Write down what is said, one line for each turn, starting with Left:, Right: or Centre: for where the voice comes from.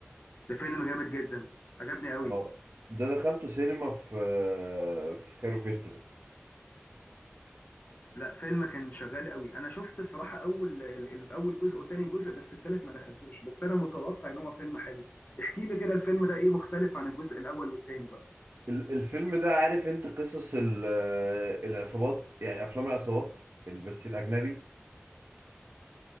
Left: ده فيلم جامد جدا عجبني قوي
Right: اه ده دخلته سينما في آه في كايرو فيستيفال
Left: لا فيلم كان شغال قوي انا شفت صراحه اول ال- ال- اول جزء وتاني جزء بس التالت ما دخلتوش بس انا متوقع ان هو فيلم حلو احكي لي كده الفيلم ده ايه مختلف عن الجزء الاول والتاني بقى
Right: ال- الفيلم ده عارف انت قصص ال- آه، العصابات يعني افلام العصابات ال- بس الاجنبي